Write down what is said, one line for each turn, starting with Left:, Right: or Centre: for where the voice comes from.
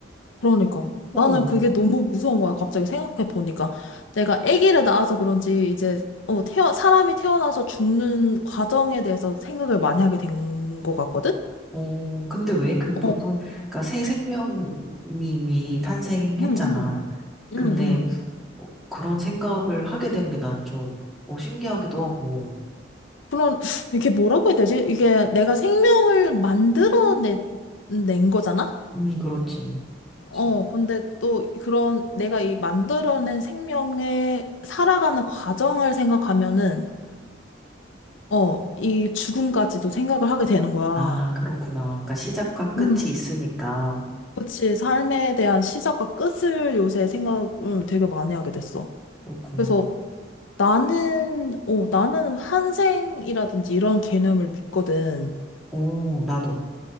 Left: 그러니까.
Centre: 어,
Left: 나는 그게 너무 무서운 거야. 갑자기 생각해 보니까. 내가 아기를 낳아서 그런지 이제, 어, 태어, 사람이 태어나서 죽는 과정에 대해서 생각을 많이 하게 된 것 같거든?
Centre: 어, 근데 왜? 그 보통,
Left: 어,
Centre: 그니까 새 생명이 탄생했잖아.
Left: 응, 응, 응,
Centre: 근데,
Left: 응.
Centre: 어, 그런 생각을 하게 되는 게 난 좀, 어, 신기하기도 하고.
Left: 그런, 이게 뭐라고 해야 되지? 이게 내가 생명을 만들어낸 낸 거잖아?
Centre: 음, 그렇지.
Left: 어,
Centre: 그렇지.
Left: 근데 또 그런 내가 이 만들어낸 생명의 살아가는 과정을 생각하면은, 어, 이 죽음까지도 생각을 하게 되는 거야.
Centre: 아, 그렇구나. 그러니까 시작과 끝이
Left: 음.
Centre: 있으니까.
Left: 그치, 삶에 대한 시작과 끝을 요새 생각을 되게 많이 하게 됐어.
Centre: 그렇구나.
Left: 그래서 나는, 어, 나는 환생이라든지 이런 개념을 믿거든.
Centre: 오, 나도.